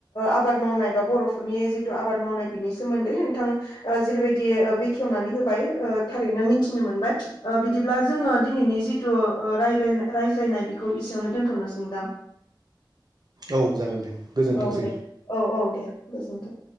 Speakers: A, on the left (about 65°); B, on the right (about 55°).
A: आबाद मावनाय बा बर' नि जिथु आबाद मावनाय बिनि सोमोन्दै नोंथाङा जेरैबायदि बेखेवनानै होबाय थारै नों मोन बिदिब्ला जोङो दिनैनि जिथु रायज्लायनाय बिखौ एसेयावनो दोनथ'नोसैदां
B: औ जागोन दे। गोजोनथोंसै
A: औ दे औ -औ दे गोजोनथों।